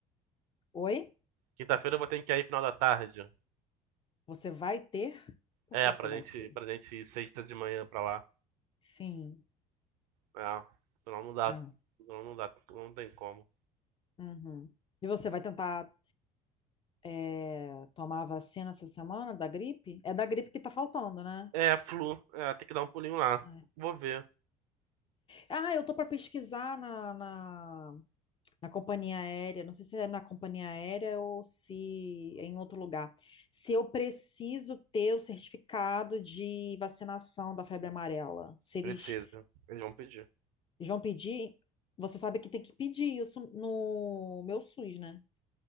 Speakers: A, on the left; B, on the right.
A: Oi?
B: Quinta-feira eu vou ter que ir aí final da tarde.
A: Você vai ter? Por
B: É,
A: que
B: pra
A: você vai
B: gente,
A: ter?
B: pra gente ir sexta de manhã pra lá.
A: Sim.
B: Ah, não, não dá.
A: É.
B: Não, não dá. Não tem como.
A: Uhum. E você vai tentar é, tomar a vacina essa semana da gripe? É da gripe que tá faltando, né?
B: É, flu. É, tem que dar um pulinho lá.
A: É.
B: Vou ver.
A: Ah, eu tô para pesquisar na, na, Na companhia aérea, não sei se é na companhia aérea ou se é em outro lugar. Se eu preciso ter o certificado de vacinação da febre amarela, se eles
B: Precisa. Eles vão pedir.
A: vão pedir, você sabe que tem que pedir isso no meu SUS, né?